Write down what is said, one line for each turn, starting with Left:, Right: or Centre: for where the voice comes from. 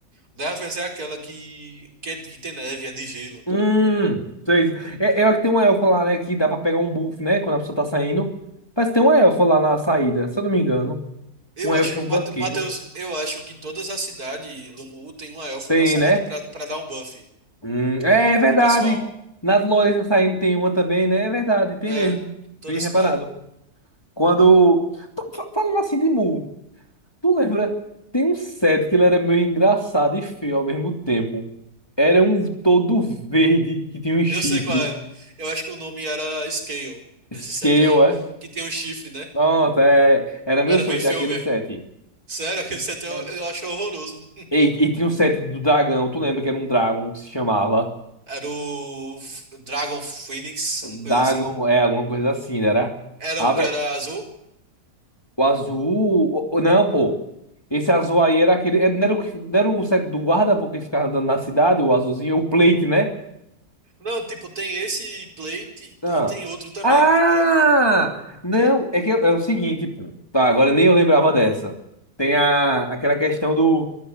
Right: Deves é aquela que, que, que tem neve, é de gelo.
Left: Hum, sei. É, é a que tem uma elfa lá, né? Que dá pra pegar um buff, né? Quando a pessoa tá saindo. Parece que tem uma elfa lá na saída, se eu não me engano.
Right: Eu
Left: Um elfo
Right: acho que,
Left: e um banqueiro.
Right: Mate- Matheus, eu acho que todas as cidades do Mu tem uma elfa
Left: Tem,
Right: na saída
Left: né?
Right: pra pra dar um buff
Left: Hum, é, é verdade.
Right: pro pessoal.
Left: Na do Lourenço saindo tem uma também, né? É verdade, tem
Right: É,
Left: mesmo.
Right: toda
Left: Bem
Right: a
Left: reparado.
Right: cidade.
Left: Quando. Tu- fa- Falando assim de Mu, tu lembra? Tem um set que ele era meio engraçado e feio ao mesmo tempo. Era um todo verde que tinha um chifre.
Right: Eu sei qual é. Eu acho que o nome era Scale,
Left: Scale,
Right: esse set aí.
Left: é?
Right: Que tem um chifre, né?
Left: Pronto, é. Era meu
Right: Era
Left: sonho
Right: bem
Left: ter
Right: feio
Left: aquele
Right: mesmo.
Left: set.
Right: Sério, <laughs> aquele set eu,
Left: É.
Right: eu acho horroroso.
Left: E, e tinha um set do dragão, tu lembra que era um dragão que se chamava?
Right: Era o F- Dragon Phoenix,
Left: Dragon,
Right: uma coisa assim.
Left: é, alguma coisa assim, né? Era.
Right: Era
Left: Ah,
Right: um que
Left: vé-
Right: era azul.
Left: o azul. o- o- Não, pô. Esse azul aí era aquele. é, Não era o, que- não era o set do guarda, porque ele ficava andando na cidade, o azulzinho, o plate, né?
Right: Não, tipo, tem esse plate
Left: Ah.
Right: e e tem outro também.
Left: Ah!
Right: Eu-
Left: Não, é que é, é o seguinte, pô. Tá, agora nem eu lembrava dessa. Tem a, aquela questão do